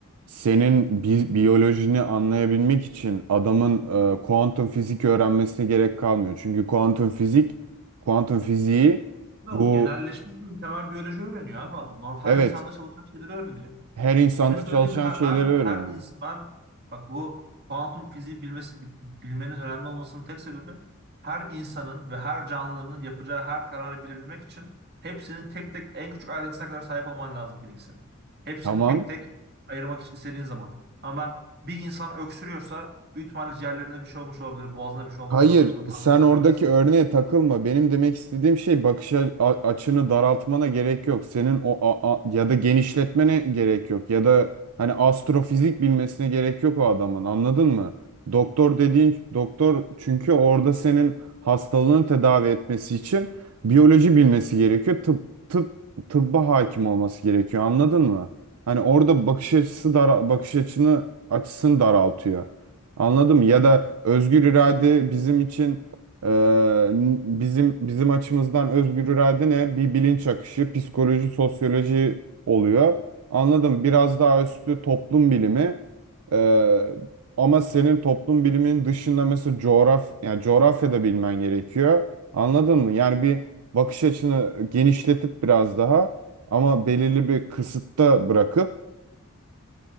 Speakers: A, on the right; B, on the right.
A: senin bi- biyolojini anlayabilmek için adamın e, kuantum fizik öğrenmesine gerek kalmıyor. Çünkü kuantum fizik, kuantum fiziği
B: Ve o
A: bu
B: genelleşmiş bir temel biyoloji öğreniyor abi adam. Normal, her
A: evet
B: insanda çalışan şeyleri öğreniyor.
A: her insanda
B: Benim söylediğim
A: çalışan
B: her-
A: şeyleri
B: ben
A: öğreniyor.
B: her insan ben bak bu kuantum fiziği bilmesi bi- bilmenin önemli olmasının tek sebebi her insanın ve her canlının yapacağı her kararı bilebilmek için hepsinin tek tek en küçük ayrıntısına kadar sahip olman lazım bilgisini. Hepsini
A: Tamam.
B: tek tek ayırmak için istediğin zaman. Ama ben bir insan öksürüyorsa büyük ihtimalle ciğerlerinde bir şey olmuş olabilir, boğazında bir şey olmuş
A: Hayır,
B: olabilir. Bunu tahmin
A: sen
B: edip
A: oradaki
B: bakabilirsin.
A: örneğe takılma. Benim demek istediğim şey bakış a- a- açını daraltmana gerek yok. Senin o a- a- ya da genişletmene gerek yok. Ya da hani astrofizik bilmesine gerek yok o adamın. Anladın mı? Doktor dediğin doktor çünkü orada senin hastalığını tedavi etmesi için biyoloji bilmesi gerekiyor. Tıp tıp tıbba hakim olması gerekiyor. Anladın mı? Hani orada bakış açısı dara- bakış açını açısını daraltıyor. Anladım. Ya da özgür irade bizim için e, n- bizim bizim açımızdan özgür irade ne? Bir bilinç akışı, psikoloji, sosyoloji oluyor. Anladım. Biraz daha üstü toplum bilimi. E, ama senin toplum biliminin dışında mesela coğraf yani coğrafya da bilmen gerekiyor. Anladın mı? Yani bir bakış açını genişletip biraz daha ama belirli bir kısıtta bırakıp